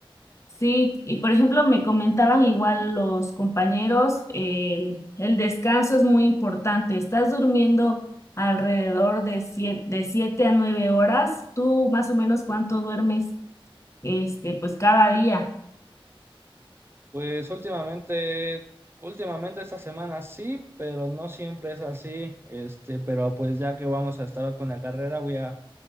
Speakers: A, on the left; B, on the right.
A: Sí, y por ejemplo, me comentaban igual los compañeros, el, el descanso es muy importante. Estás durmiendo alrededor de siete de siete a 9 horas. ¿Tú más o menos cuánto duermes? este, pues cada día.
B: Pues últimamente, últimamente esta semana sí, pero no siempre es así. Este, pero pues ya que vamos a estar con la carrera, voy a,